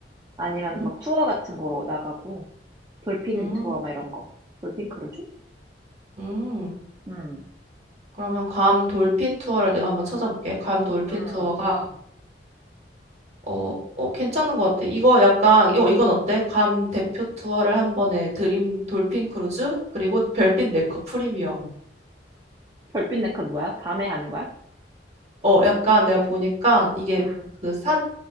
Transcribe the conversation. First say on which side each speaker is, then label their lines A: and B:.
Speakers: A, on the right; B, on the right.
A: 아니면
B: 음,
A: 막 투어 같은 거 나가고, 돌핀
B: 음.
A: 투어 막 이런 거. 돌핀 크루즈?
B: 음.
A: 음,
B: 그러면 괌 돌핀 투어를 내가 한번 찾아볼게. 괌 돌핀
A: 음.
B: 투어가 어, 어 괜찮은 것 같아. 이거 약간 이 이건 어때? 괌 대표 투어를 한 번에 드림 돌핀 크루즈 그리고 별빛 네커 프리미엄.
A: 별빛 네컷 뭐야? 밤에 하는 거야?
B: 어 약간 내가 보니까 이게
A: 음,
B: 그 사,